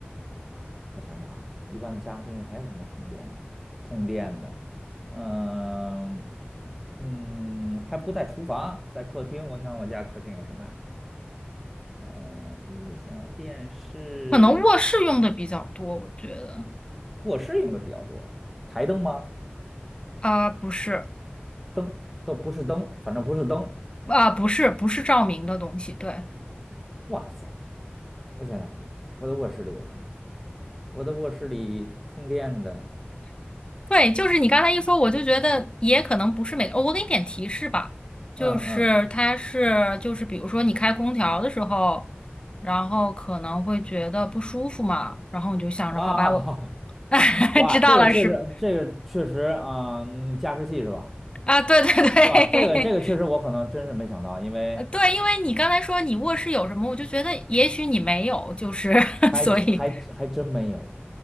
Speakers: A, in the centre; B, on the left.
A: 哇，我想想啊，一般的家用电器还有什么充电的、通电的？嗯嗯，还不在厨房，在客厅。我想我家客厅有什么呀？呃，音箱、电视、
B: 可能卧室用的比较多，我觉得
A: 卧室用的比较多。台灯吗？
B: 啊，不是
A: 灯都不是灯，反正不是灯。
B: 啊，不是不是照明的东西，对。
A: 哇塞，我想想啊，我的卧室里有什么？我的卧室里通电的，
B: 对，就是你刚才一说，我就觉得也可能不是每个，哦我给你点提示吧，就是它是就是比如说你开空调的时候，
A: 嗯嗯
B: 然后可能会觉得不舒服嘛，然后你就想着好吧，
A: 啊，<laughs>
B: 我 <laughs>
A: 哇，
B: 知道了是
A: 这个确实，这个确实啊，嗯加湿器是吧？
B: 啊，对对对，
A: 哇，这个这个确实我可能真是没想到，因为
B: <laughs> 呃对，因为你刚才说你卧室有什么，我就觉得也许你没有，就是 <laughs>
A: 还真还真还真没有，
B: 所以